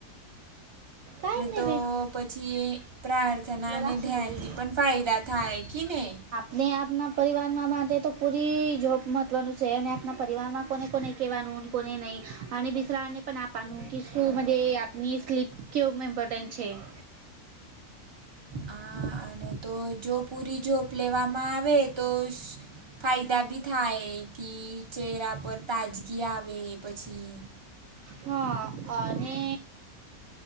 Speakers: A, on the right; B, on the right.
A: કાઈ
B: ને
A: નહી
B: તો
A: બેન
B: પછી પ્રાર્થના
A: લલાક્ષી
B: અને ધ્યાનથી
A: દીદી
B: પણ ફાયદા થાય કે ને
A: ને આપના પરિવારમાં માટે તો પૂરી જોબ મહત્ત્વનું છે અને આપના પરિવારમાં કોને કોને કેવાનું કોને નહી અને બિસરાને પણ આપણુ ક શું આપની સ્લીપ કેવ ઇમ્પોર્ટેન્ટ છે. <inaudible>
B: હા અને તો જો પુરી જોપ લેવામાં આવે તો ફાયદા બી થાય કે ચહેરા પર તાજગી આવે પછી
A: હા અને